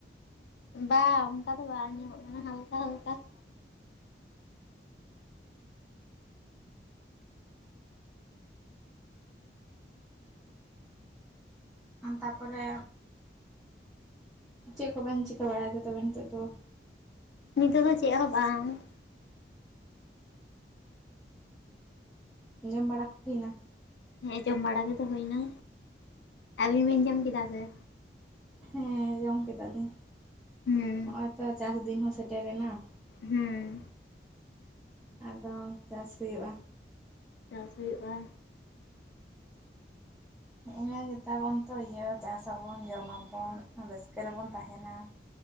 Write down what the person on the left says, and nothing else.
ᱵᱟᱝ ᱚᱱᱠᱟ ᱫᱚ ᱵᱟᱝ ᱧᱟᱢᱚᱜ ᱠᱟᱱᱟ ᱦᱟᱞᱠᱟ ᱦᱟᱞᱠᱟ ᱾
ᱱᱤᱛᱚᱜ ᱫᱚ ᱪᱮᱫ ᱦᱚᱸ ᱵᱟᱝ ᱾
ᱦᱮᱸ ᱡᱚᱢ ᱵᱟᱲᱟ ᱜᱮᱛᱚ ᱦᱩᱭᱱᱟ, ᱟᱹᱵᱤᱱ ᱵᱤᱱ ᱡᱚᱢ ᱠᱮᱫᱟ ᱥᱮ?
ᱦᱩᱸ
ᱦᱩᱸ
ᱪᱟᱥ ᱦᱩᱭᱩᱜᱼᱟ ᱾